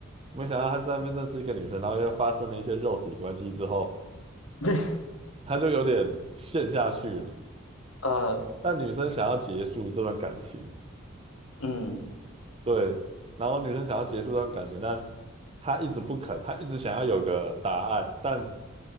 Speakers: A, on the right (about 30°); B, on the left (about 75°).
A: 没想到他在那边认识一个女生，然后又发生了一些肉体关系之后，
B: 这
A: 他就有点陷下去了。
B: 呃，
A: 但女生想要结束这段感情，
B: 嗯
A: 对，然后女生想要结束这段感情，但他一直不肯，他一直想要有个答案，但